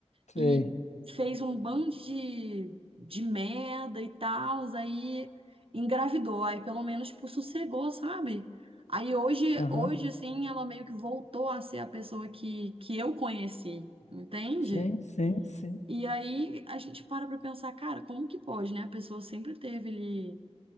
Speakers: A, on the left; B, on the right.
A: Sei.
B: e fez um bando de, de merda e tal, aí engravidou, aí pelo menos tipo, sossegou, sabe? Aí hoje,
A: Aham.
B: hoje, assim, ela meio que voltou a ser a pessoa que, que eu conheci, entende?
A: Sim, sim, sim.
B: E aí a gente para pra pensar, cara, como que pode, né? A pessoa sempre teve ali.